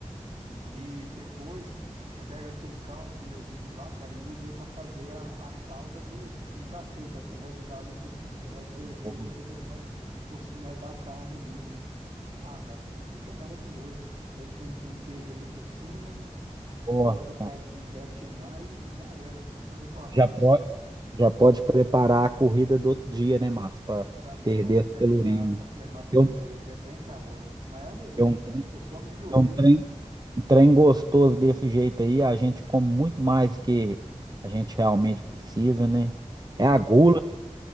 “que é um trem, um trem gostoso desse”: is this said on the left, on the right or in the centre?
Right